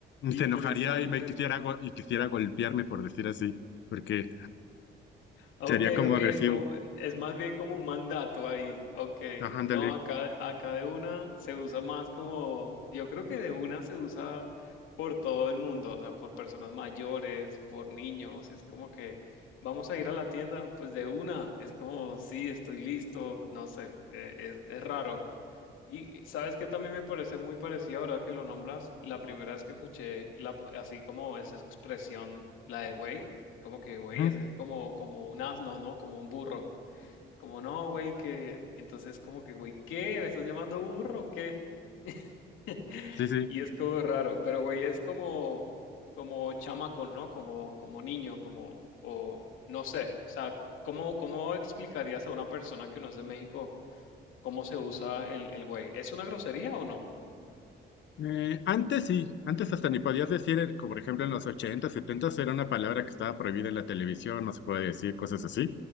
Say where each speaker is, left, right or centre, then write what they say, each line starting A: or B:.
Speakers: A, on the left; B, on the left.
A: interesante.
B: se enojaría y me quisiera, go- y quisiera golpearme, por decir así, porque
A: Ok,
B: sería como
A: ok,
B: agresivo.
A: es como, es más bien como un mandato ahí. Ok,
B: Ajá, ándale.
A: no, acá, acá de una se usa más como, yo creo que de una se usa por todo el mundo, o sea, por personas mayores, por niños, es como que vamos a ir a la tienda, pues de una, es como, sí, estoy listo, no sé, eh, es, es raro. Y sabes que también me parece muy parecido ahora que lo nombras. La primera vez que escuché la, así como esa expresión, la de güey, como que güey,
B: Ujú.
A: es así como, como un asno, ¿no? Como un burro. Como no, güey, que. Entonces, como que güey, ¿qué? ¿Me estás llamando burro o qué? <laughs>
B: Sí, sí.
A: Y es como raro, pero güey, es como, como chamaco, ¿no? Como, como niño, como, o no sé. O sea, ¿cómo, cómo explicarías a una persona que no es de México cómo se usa el, el güey? ¿Es una grosería o no?
B: Eh, antes sí, antes hasta ni podías decir, eh, como por ejemplo en los 80, 70 era una palabra que estaba prohibida en la televisión, no se puede decir cosas así,